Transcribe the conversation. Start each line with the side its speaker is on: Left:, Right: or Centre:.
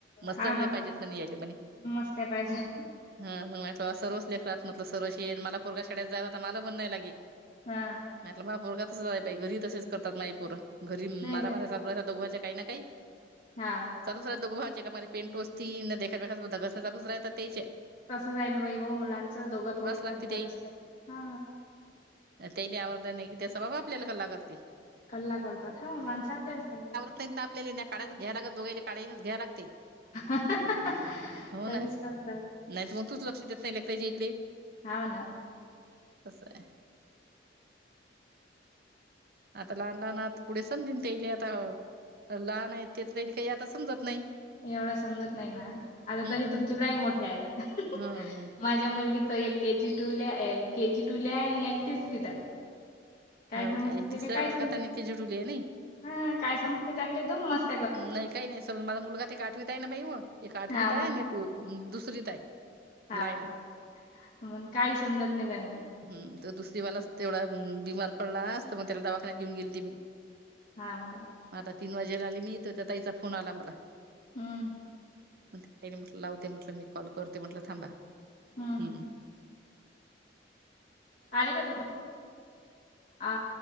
Right: मस्तच
Left: हा ना
Right: लय पाहिजेत
Left: ब
Right: म्हणे यायले म्हणे
Left: मस्त पाहिजे.
Right: हा मग म्हटलं सर्वच लेखलात म्हटलं सर्वशी येेत मला परगा शाळेत जाय होता मला ब नाही लागे.
Left: हा.
Right: म्हटलं माग पोरग तसय घरी तसेच करतात माई पोर घरी
Left: नाही
Right: मारा
Left: तर
Right: मार्या चाल दोघ्याच्या काही ना काही.
Left: हा.
Right: चाूच रा दोघ भावांचे एकमेकाला पेंटोस् देखा चाूच राहता तेच.
Left: तसं जाईल बाई व मुलांचं दोघत होऊ
Right: लागते
Left: घरात असते हा.
Right: तेनी आवडलं नाही की त्यासं बाबा आपल्याला कल लागत नाही.
Left: कल्ला करतात हा माणसा आपल्या असताना.
Right: आपल्या कायच घ्या लागत दोघाला काा्यानच घ्या लागते.
Left: <unintelligible>
Right: हो ना नाही
Left: करतात
Right: तर मग तूच लक्ष देत नाही लेखराजे इकडे.
Left: हाव ना
Right: तंस आहे. आता लहान लहान आ पुढे समजेन तेले आता लहान आहेत तेच काही आता समजत नाही‌.
Left: एवढा समजत नाही ना, आता
Right: हम्म
Left: तरी तुमचे लाई मोठे आहेत.
Right: ह ह
Left: माझ्या मुलगी त एक के जी टू ला केजी टू ला एक तिसरी त आहे. काय
Right: हो
Left: समजते
Right: तिसऱ्या
Left: तले कायच
Right: वर्गात आणि ती जुडुली आहे नाही.
Left: ह काय समजते त्या दो मस्त
Right: नाही काही नाही समज माझा मुलगा एक आठवीत आहे ना बाई, मग एक आठवीत
Left: हा
Right: आहे आणि एक दुसरीत आहे.
Left: हो
Right: लायना
Left: का मग काही समजत नाही त्यां नाही.
Right: हम् तर दुसरी वालाच तेवढा बीमार पडला असत मग त्याला दवाखान्यात घेऊन गेल त मी.
Left: हा का.
Right: आता तीन वाजेला आली मी इ त त्या ताईचा फोन आला मला.
Left: हम्म!
Right: ई म्हटलं लावते म्हटलं मी कॉल करते म्हटलं थांबा.
Left: हम्म
Right: हम्!
Left: आले का तुम अ